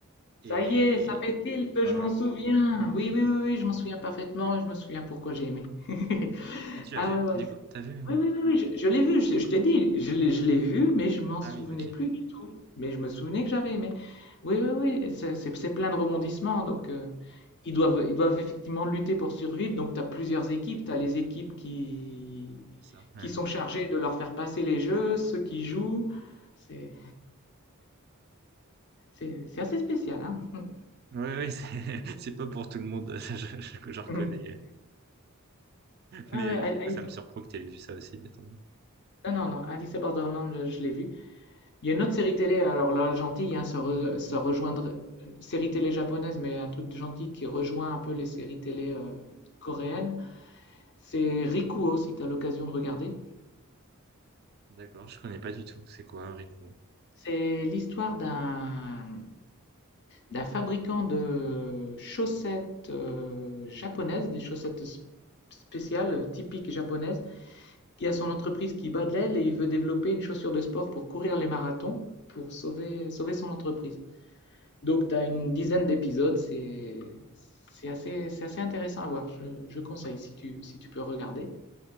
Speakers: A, on the left; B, on the right.
A: Ça
B: Et
A: y est, ça fait tilt,
B: ouais,
A: je
B: voilà.
A: m'en souviens. Oui, oui, oui, oui, je m'en souviens parfaitement et je me souviens pourquoi j'ai aimé. <laughs>
B: Ah, tu l'as
A: Ah
B: vu,
A: ouais, ouais,
B: du coup? T'as vu? euh
A: Oui, oui, oui, oui, je, je l'ai vu, je, je t'ai dit, je l'ai je l'ai vu, mais je m'en
B: Ah
A: souvenais
B: oui, ok.
A: plus du tout. Mais je me souvenais que j'avais aimé. Oui, oui, oui, c'est c'est- c'est plein de rebondissements. Donc, euh, ils doivent, ils doivent effectivement lutter pour survivre. Donc, tu as plusieurs équipes. Tu as les équipes qui,
B: C'est Ça. Ouais,
A: qui sont chargées de leur faire passer les jeux, ceux qui jouent. C'est c'est- c'est assez spécial, hein?
B: ouais, ouais, c'est <laughs> c'est pas pour tout le monde, <laughs> je, je, je reconnais.
A: <laughs>
B: Mais
A: Ah ouais,
B: euh,
A: Alice-
B: du coup, ça me surprend que tu aies vu ça aussi, mais tant mieux.
A: non, non, non, Alice in Borderland, je l'ai vu. Il y a une autre série télé, alors là, gentille, hein, ça, re- ça rejoindrait. Série télé japonaise, mais un truc de gentil qui rejoint un peu les séries télé euh, coréennes. C'est Rikuo, si tu as l'occasion de regarder.
B: D'accord, je connais pas du tout. C'est quoi, Rico?
A: C'est l'histoire d'un d'un fabricant de chaussettes euh, japonaises, des chaussettes sp- spéciales, euh, typiques japonaises, qui a son entreprise qui bat de l'aile et il veut développer une chaussure de sport pour courir les marathons, pour sauver, sauver son entreprise. Donc, tu as une dizaine d'épisodes, c'est c'est assez, c'est assez intéressant à voir. Je, je conseille si tu, si tu peux regarder.